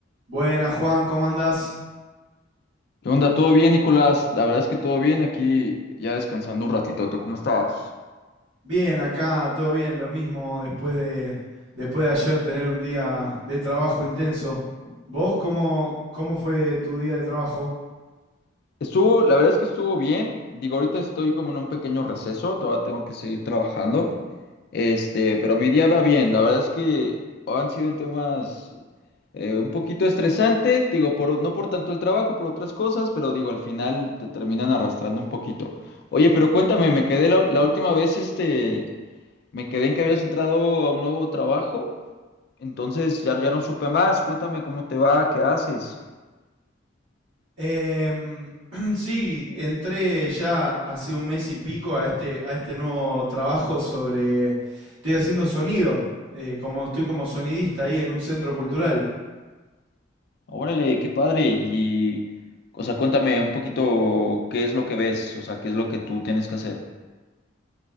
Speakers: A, on the right (about 70°); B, on the left (about 55°).
A: Buenas, Juan, ¿cómo andás?
B: ¿Qué onda? ¿Todo bien, Nicolás? La verdad es que todo bien, aquí ya descansando un ratito. ¿Tú cómo estabas?
A: Bien, acá todo bien, lo mismo después de, después de ayer tener un día de trabajo intenso. ¿Vos cómo, cómo fue tu día de trabajo?
B: Estuvo, la verdad es que estuvo bien. Digo, ahorita estoy como en un pequeño receso, todavía tengo que seguir trabajando. Este, pero mi día va bien. La verdad es que han sido temas eh, un poquito estresante, digo, por, no por tanto el trabajo, por otras cosas, pero digo, al final te terminan arrastrando un poquito. Oye, pero cuéntame, me quedé la, la última vez, este, me quedé en que habías entrado a un nuevo trabajo. Entonces ya, ya no supe más. Cuéntame cómo te va, qué haces.
A: Em, <clears throat> sí, entré ya hace un mes y pico a este, a este nuevo trabajo sobre... Estoy haciendo sonido, eh, como estoy como sonidista ahí en un centro cultural.
B: Órale, qué padre. Y, o sea, cuéntame un poquito qué es lo que ves, o sea, qué es lo que tú tienes que hacer.